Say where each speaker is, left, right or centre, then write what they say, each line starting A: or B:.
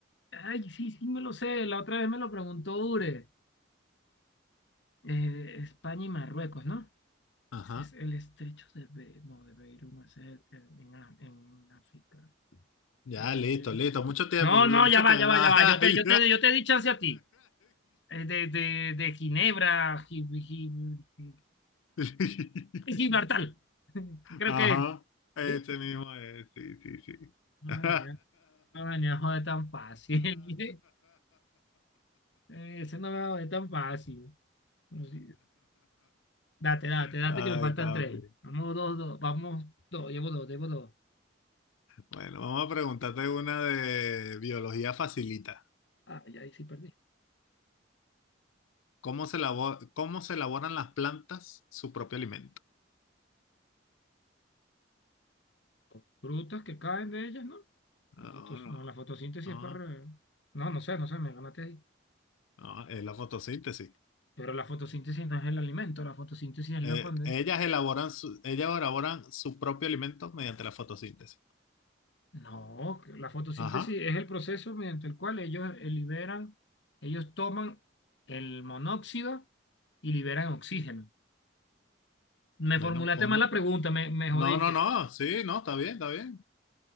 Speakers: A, on the left; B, on the left.
A: Ay, sí, sí me lo sé. La otra vez me lo preguntó Ure. Eh, España y Marruecos, ¿no?
B: Ajá.
A: Ese es el estrecho de Be no, de Beirut, no, ese es el- en, en Af- en África.
B: Ya,
A: Este,
B: listo, listo. Mucho tiempo,
A: No,
B: mucho
A: no, ya va,
B: tiempo.
A: ya va,
B: <laughs> Ay,
A: ya va. Yo te, yo te, yo te di chance a ti. Eh, De, de, de Ginebra, Gi- Gi- Gi-
B: ay.
A: Gibraltar. que Creo
B: Ajá,
A: que.
B: ese
A: ¿Viste?
B: mismo es, sí, sí, sí.
A: No
B: <laughs>
A: venía, no venía a joder tan fácil. <laughs> Eh, Ese no me va a joder tan fácil. No, sí. Date, date, date
B: Ay,
A: que me faltan
B: papi.
A: tres. Vamos dos, dos. Vamos dos. Llevo dos, llevo dos.
B: Bueno, vamos a preguntarte una de biología facilita.
A: ah, ya ahí sí perdí.
B: ¿Cómo se elabora, cómo se elaboran las plantas su propio alimento?
A: con frutas que caen de ellas, ¿no?
B: No,
A: La fotos,
B: no,
A: no, la fotosíntesis
B: no,
A: es para... re- No, no sé, no sé, me ganaste ahí.
B: no, es la fotosíntesis.
A: Pero la fotosíntesis no es el alimento, la fotosíntesis es
B: Eh,
A: la cuando...
B: ellas elaboran su, ellas elaboran su propio alimento mediante la fotosíntesis.
A: No, que la fotosíntesis
B: Ajá.
A: es el proceso mediante el cual ellos eh, liberan, ellos toman el monóxido y liberan oxígeno. Me
B: Bueno,
A: formulaste
B: pon,
A: mal la pregunta, me, me
B: No,
A: jodiste.
B: no, no, sí, no, está bien, está bien.